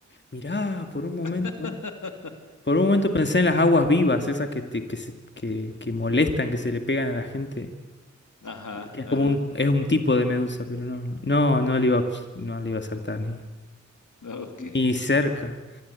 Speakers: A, on the left; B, on the left.
A: Mirá, por un momento.
B: <laughs>
A: Por un momento pensé en las aguas vivas, esas que, te- que, se- que, que molestan, que se le pegan a la gente.
B: Ajá,
A: Es
B: ajá.
A: como un, es un tipo de medusa, pero no, no, no le iba, a- no le iba a acertar ni,
B: Ok,
A: ni cerca.